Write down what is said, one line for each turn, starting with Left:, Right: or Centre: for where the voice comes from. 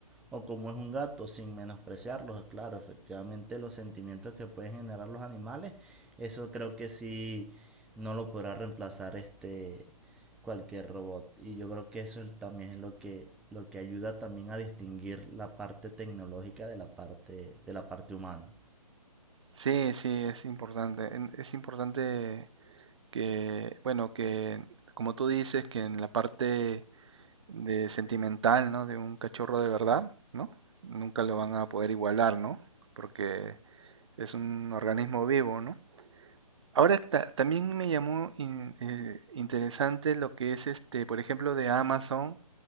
Centre: o como es un gato, sin menospreciarlos, claro, efectivamente los sentimientos que pueden generar los animales, eso creo que sí no lo podrá reemplazar este cualquier robot. Y yo creo que eso también es lo que, lo que ayuda también a distinguir la parte tecnológica de la parte, de la parte humana.
Right: Sí, sí, es importante. en- Es importante que, bueno, que como tú dices, que en la parte de sentimental, ¿no? De un cachorro de verdad, ¿no? Nunca lo van a poder igualar, ¿no? Porque es un organismo vivo, ¿no? Ahora ta- también me llamó in- eh, interesante lo que es este, por ejemplo, de Amazon